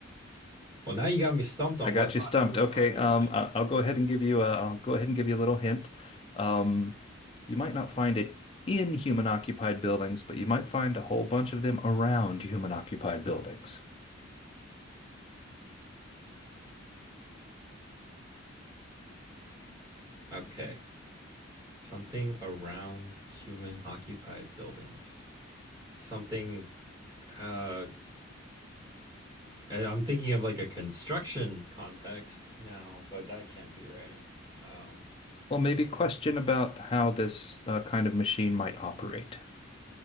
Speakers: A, on the right; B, on the left.
A: Well, now you got me stumped on
B: I got
A: what's
B: you
A: not
B: stumped.
A: human
B: Okay,
A: occupied.
B: um, I- I'll go ahead and give you a, I'll go ahead and give you a little hint. Um, you might not find it in human-occupied buildings, but you might find a whole bunch of them around human-occupied buildings.
A: Okay. Something around human occupied buildings. Something, uh, I- am thinking of like a construction context now, but that can't be right. Um,
B: Well, maybe question about how this uh, kind of machine might operate.